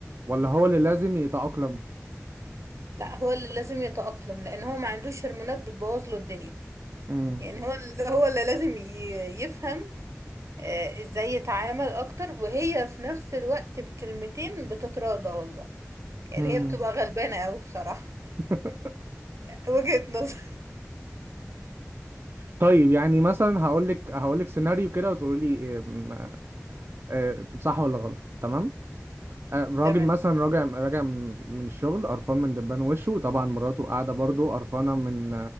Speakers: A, on the right; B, on the right.
A: ولا هو اللي لازم يتأقلم
B: لا هو اللي لازم يتأقلم لان هو ما عندوش هرمونات بتبوظ له الدنيا
A: امم
B: يعني هو اللي هو اللي لازم ي- يفهم آه، ازاي يتعامل اكتر وهي في نفس الوقت بكلمتين بتتراضى والله يعني
A: امم
B: هي بتبقى غلبانة اوي بصراحة
A: <laughs>
B: <laughs> وجهة نظر
A: طيب يعني مثلا هقول لك هقول لك سيناريو كده وتقولي لي إيه، م- آه، صح ولا غلط تمام آه، راجل
B: تمام
A: مثلا راجع راجع من الشغل قرفان من دبان وشه طبعا مراته قاعده برضه قرفانه من